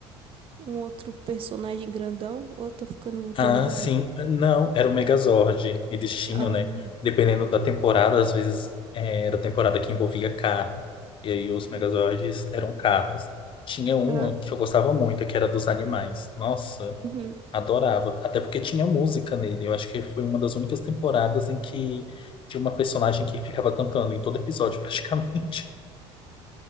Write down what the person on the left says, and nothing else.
Ah,
sim. Não, era o Megazord. Eles tinham,
né? Dependendo da temporada, às vezes eh, era a temporada que envolvia carro. E aí os Megazords eram carros. Tinha uma
que eu gostava muito, que era dos animais. Nossa,
adorava. Até porque tinha música nele. Eu acho que foi uma das únicas temporadas em que tinha uma personagem que ficava cantando em todo episódio, praticamente.